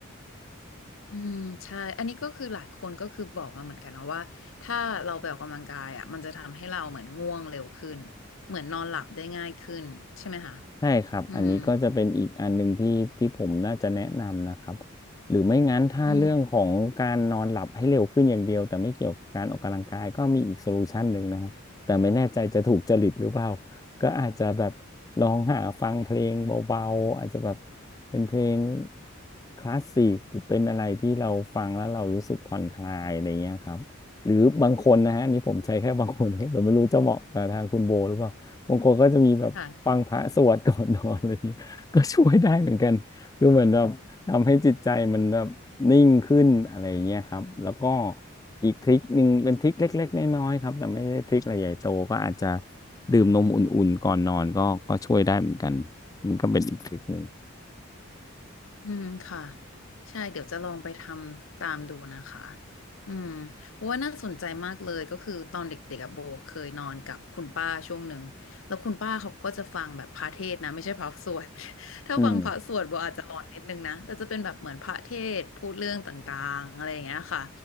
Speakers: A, on the left; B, on the left.
A: อืมใช่อันนี้ก็คือหลายคนก็คือบอกมาเหมือนกันนะว่าถ้าเราไปออกกำลังกายอ่ะมันจะทำให้เราเหมือนง่วงเร็วขึ้นเหมือนนอนหลับได้ง่ายขึ้นใช่ไหมคะ
B: ใช่ครับ
A: อืม
B: อันนี้ก็จะเป็นอีกอันหนึ่งที่ที่ผมน่าจะแนะนำนะครับหรือไม่งั้นถ้าเรื่องของการนอนหลับให้เร็วขึ้นอย่างเดียวแต่ไม่เกี่ยวกับการออกกำลังกายก็มีอีกโซลูชันหนึ่งนะฮะแต่ไม่แน่ใจจะถูกจริตหรือเปล่า
A: อืม
B: ก็อาจจะแบบลองหาฟังเพลงเบาๆอาจจะแบบเป็นเพลงคลาสสิกหรือเป็นอะไรที่เราฟังแล้วเรารู้สึกผ่อนคลายอะไรเงี้ยครับหรือบางคนนะฮะอันนี่ผมใช้แค่บางคนนะแต่ไม่รู้จะเหมาะกับทางคุณโบหรือเปล่า บางคนก็จะมีแบบฟังพระสวดก่อนนอน
A: ค่ะ
B: <laughs> อะไรอย่างเงี้ยก็ช่วยได้เหมือนกันคือเหมือนแบบทำให้จิตใจมันแบบนิ่งขึ้นอะไรอย่างเงี้ยครับแล้วก็อีกทริคหนึ่งเป็นทริคเล็กๆน้อยๆครับแต่ไม่ได้ทริคอะไรใหญ่โตก็อาจจะดื่มนมอุ่นๆก่อนนอนก็ก็ช่วยได้เหมือนกันนี่ก็เป็นอีกทริคหนึ่ง
A: อืมค่ะใช่เดี๋ยวจะลองไปทำตามดูนะคะอืมเพราะว่าน่าสนใจมากเลยก็คือตอนเด็กๆอะโบเคยนอนกับคุณป้าช่วงหนึ่งแล้วคุณป้าเขาก็จะฟังแบบพระเทศน์นะไม่ใช่พระสวด <laughs> ถ้าฟังพระสวดโบอาจจะหลอนนิดนึงนะแต่จะเป็นแบบเหมือนพระเทศน์พูดเรื่องต่างๆอะไรอย่างเงี้ยค่ะ
B: อืม